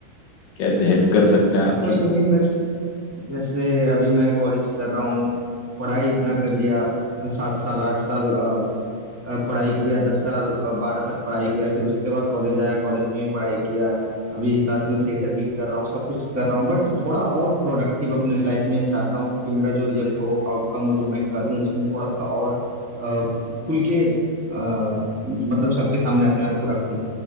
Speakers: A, on the left; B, on the right.
A: कैसे हेल्प कर सकते हैं आपकी
B: बस वही मैं जैसे अभी मैं कॉलेज कर रहा हूँ पढ़ाई इतना कर लिया सात साल आठ साल अ, पढ़ाई किया दस साल अ, बारह तक पढ़ाई किया फिर उसके बाद कॉलेज आया कॉलेज में भी पढ़ाई किया अभी साथ में थिएटर भी कर रहा हूँ सब कुछ कर रहा हूँ बट थोड़ा और प्रोडक्टिव अपने लाइफ में चाहता हूँ कि मेरा जो रिजल्ट हो आउटकम हो जो मैं करूँ उसमें थोड़ा सा और अ, खुल के अ, मतलब सबके सामने अपने आप को रखूँ